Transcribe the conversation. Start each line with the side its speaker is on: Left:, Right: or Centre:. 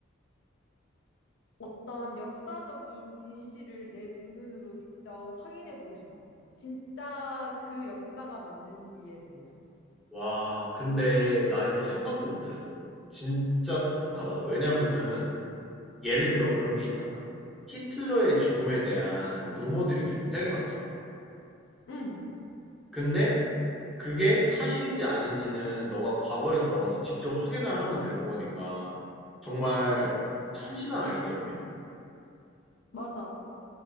Left: 어떤 역사적인 진실을 내 두 눈으로 직접 확인해 보고 싶어. 진짜 그 역사가 맞는지에 대해서.
Centre: 와, 근데 나 이거 생각도 못했어. 진짜 똑똑하다. 왜냐면은 예를 들어 그런 게 있잖아. 히틀러의 죽음에 대한 루머들이 굉장히 많잖아.
Left: 응,
Centre: 근데 그게 사실인지 아닌지는 너가 과거에 돌아가서 직접 확인을 하면 되는 거니까 정말 참신한 아이디어네.
Left: 맞아.